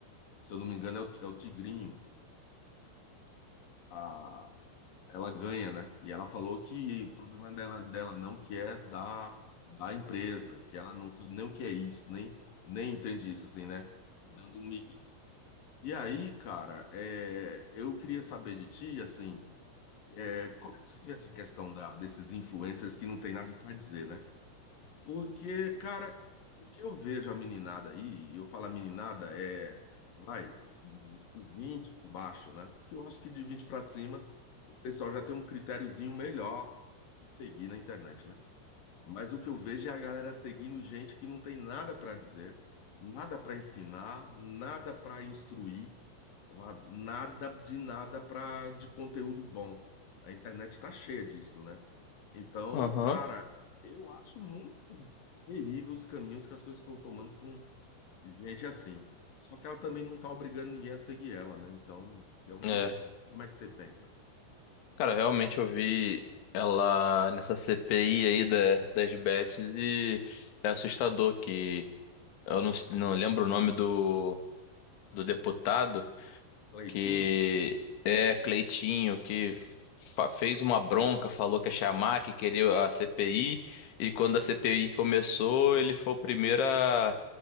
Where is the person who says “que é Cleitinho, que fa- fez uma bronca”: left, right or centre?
Left